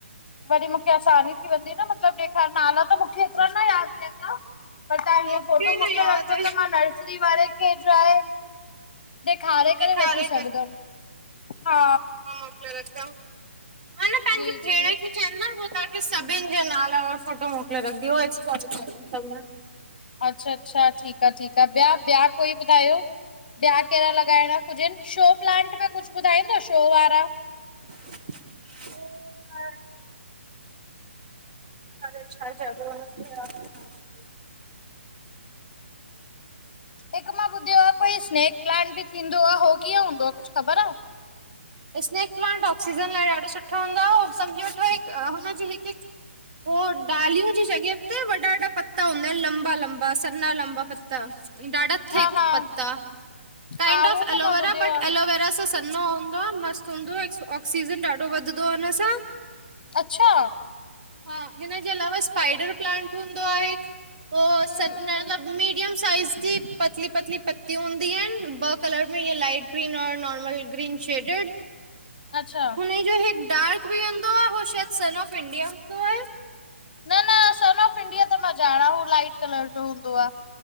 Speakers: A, on the left (about 45°); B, on the right (about 40°).
A: वरी मूंखे आसानी थी वेंदी न मतलब ॾेखार, नाला त मूंखे एतिरा न यादि रहंदा। पर तहां हीअं
B: मूंखे
A: फोटो मोकिले
B: न यादि
A: रखजो
B: आहे
A: त मां नर्सरी वारे खे ट्राए ॾेखारे
B: ॾेखारे
A: करे वठी सघदमि।
B: <inaudible> र, मान पंहिंजी
A: जी
B: भेण!
A: जी
B: खे चहेन्दम उहे तहां खे सभिनि जे नाला ऐं फोटो मोकिले रखंदी। <inaudible>
A: अच्छा -अच्छा, ठीकु आ, ठीकु आ, ॿिया ॿिया कोई ॿुधायो? ॿिया कहिड़ा लॻाइणा कुजनि, शो प्लांट में कुझु ॿुधाईंदो शो वारा?
B: <inaudible> अरे छा चयॿो आ हुनखे याद नथा अचेन।
A: हिकु मां ॿुधियो आ कोई स्नेक प्लांट ॿि थींदो आ, हो कीअं हूंदो आ। कुझु ख़बर आ?
B: स्नैक प्लांट ऑक्सीजन लाइ ॾाढो सुठो हूंदो आ, सम्झो वठो हिकु हुनजी हिकु हिकु पोइ डालियूं जी जॻहि ते वॾा- वॾा पता हूंदा आहिनि लंबा -लंबा, सना लंबा पत्ता। ॾाढा
A: हा
B: थिक
A: हा
B: पत्ता, काइंड
A: हा
B: ऑफ
A: हू त
B: एलोवेरा
A: मां ॿुधियो
B: बट
A: आहे
B: एलोवेरा सां नो हूंदो आ, मस्त हूंदो आ, ऑक्सीजन ॾाढो वधंदो आ हुन सां।
A: अच्छा।
B: हा, हिनजे अलावा स्पाइडर प्लांट हूंदो आ हिक। उह,
A: हम्म
B: स
A: हम्म
B: मतलब
A: हम्म
B: मीडियम साइज जी पतली- पतली पत्ती हूंदी आहिनि ॿ कलर में इअं लाइट ग्रीन और नॉर्मल ग्रीन शेडेड। <inaudible>
A: अच्छा।
B: उनजो हिक डार्क भिहूंदो आ, हू शायद सन ऑफ़ इंडिया हूंदो आहे
A: न- न, सन ऑफ इंडिया त मां ॼाणा, हू लाइट कलर जो हूंदो आ।